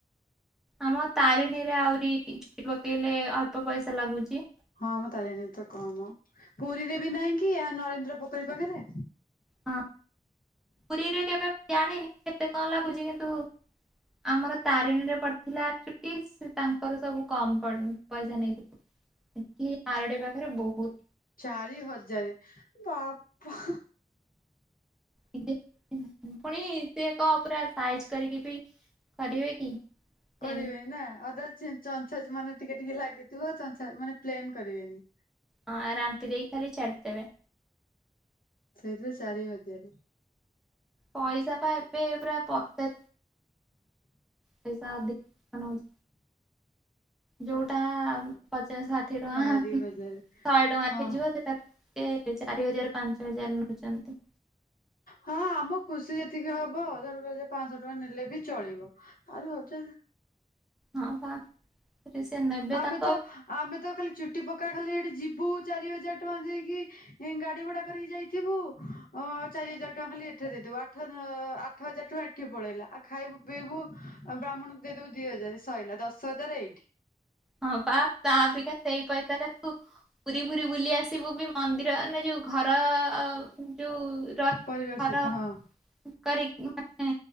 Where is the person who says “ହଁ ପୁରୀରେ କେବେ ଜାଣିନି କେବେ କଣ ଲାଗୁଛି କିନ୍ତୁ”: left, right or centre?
Centre